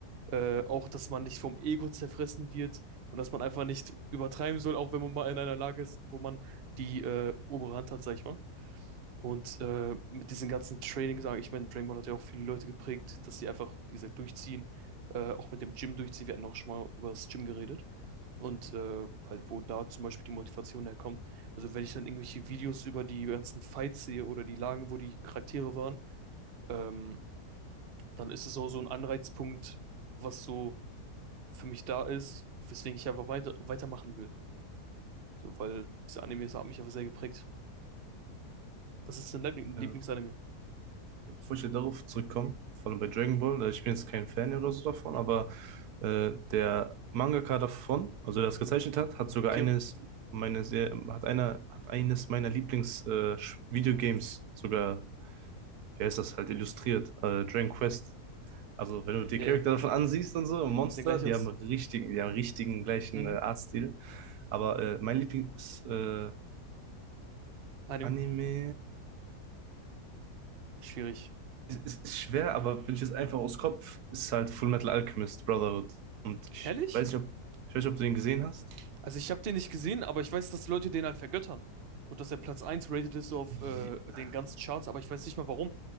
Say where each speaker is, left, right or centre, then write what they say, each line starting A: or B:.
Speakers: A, on the right; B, on the right.
A: äh, auch dass man nicht vom Ego zerfressen wird und dass man einfach nicht übertreiben soll, auch wenn man mal in einer Lage ist, wo man die äh, obere Hand hat, sag ich mal. Und äh, mit diesen ganzen Trainings, sage ich, ich meine, Dragon Ball hat ja auch viele Leute geprägt, dass sie einfach, wie gesagt, durchziehen, äh, auch mit dem Gym durchziehen. Wir hatten auch schon mal über das Gym geredet. Und äh, halt, wo da zum Beispiel die Motivation herkommt. Also wenn ich dann irgendwelche Videos über die ganzen Fights sehe oder die Lagen, wo die Charaktere waren, ähm, dann ist es auch so ein Anreizpunkt, was so für mich da ist, weswegen ich einfach weiter weitermachen will. So, weil dieser Anime, das hat mich einfach sehr geprägt. Was ist dein Lieblings-
B: ja.
A: Lieblingsanime?
B: bevor ich hier darauf zurückkomme, vor allem bei Dragon Ball, äh, ich bin jetzt kein Fan oder so davon,
A: Hm?
B: aber äh, der Mangaka davon, also der es gezeichnet hat, hat sogar
A: Akira?
B: eines meiner sehr, hat einer, hat eines meiner Lieblings äh, Sch- Videogames sogar, wie heißt das halt, illustriert, äh, Dragon Quest. Also wenn du die
A: Nee.
B: Charakter davon ansiehst und so, Monster,
A: Sieht gleich
B: die
A: aus.
B: haben richtigen, die haben richtigen gleichen
A: Mhm.
B: äh, Artstil. Aber äh, mein Lieblings äh,
A: Anime.
B: Anime.
A: Schwierig.
B: es es ist schwer, aber wenn ich jetzt einfach aus Kopf, ist halt Full Metal Alchemist Brotherhood. Und ich
A: Ehrlich?
B: weiß nicht, ob, ich weiß nicht, ob du den gesehen hast.
A: Also ich habe den nicht gesehen, aber ich weiß, dass Leute den halt vergöttern. Und dass er Platz eins rated ist so auf
B: Ja,
A: äh, den ganzen Charts, aber ich weiß nicht mal warum.